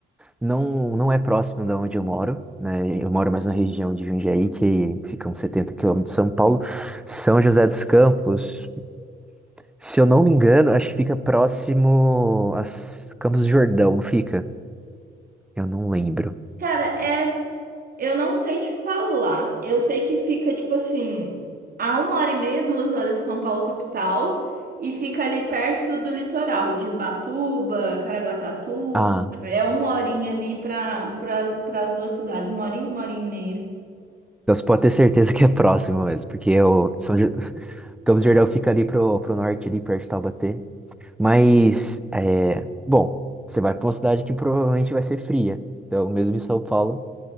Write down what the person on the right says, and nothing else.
Cara, é Eu não sei te falar. Eu sei que fica, tipo assim, a uma hora e meia, duas horas de São Paulo, capital, e fica ali perto do litoral, de Ubatuba, Caraguatatuba.
É uma horinha ali pra, pra, pras duas cidades, uma horinha, uma horinha e meia.